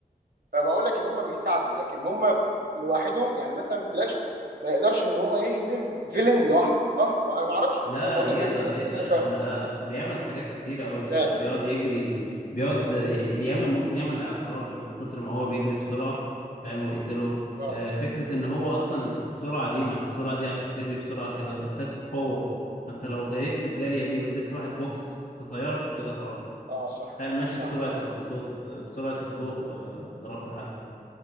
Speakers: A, on the right; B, on the left.
A: فبقول لك ان هم بيساعدوا لكن هم لوحدهم يعني مثلا فلاش ما يقدرش ان هو يهزم فيلن لوحده صح وانا ما اعرفش
B: لا
A: بس انا
B: لا
A: بقول
B: يقدر
A: لك يعني انت ده
B: يقدر
A: اللي انا
B: يا
A: فاهمه
B: عم لا لا بيعمل حاجات كتيرة قوي
A: ازاي
B: لا بيقعد يجري بيقعد ي- بيعمل ممكن يعمل إعصار من كتر ما هو بيجري بسرعة فاهم ويقتله
A: اه
B: آه، فكرة إن هو أصلا أنت السرعة دي ما هي السرعة دي عشان تجري بسرعة كده محتاج قوة فأنت لو جريت الجرية دي واديت لواحد بوكس أنت طيرته كده خلاص
A: اه صح
B: تخيل ماشي
A: صح
B: بسرعة
A: اه
B: الصوت آه، بسرعة الضوء وضربت حد